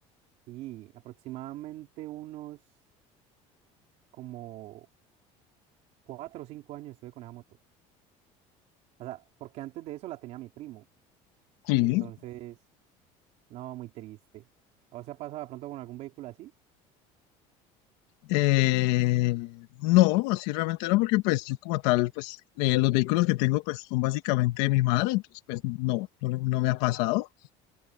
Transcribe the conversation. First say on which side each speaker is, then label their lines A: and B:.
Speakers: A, on the right (about 55°); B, on the left (about 85°).
A: Y aproximadamente unos como cuatro o cinco años estuve con esa moto. O sea, porque antes de eso la tenía mi primo.
B: Sí.
A: Entonces, no, muy triste. ¿O se ha pasado de pronto con algún vehículo así?
B: Eh, no, así realmente no, porque pues yo como tal, pues eh, los vehículos que tengo pues son básicamente de mi madre, entonces pues no, no, no me ha pasado,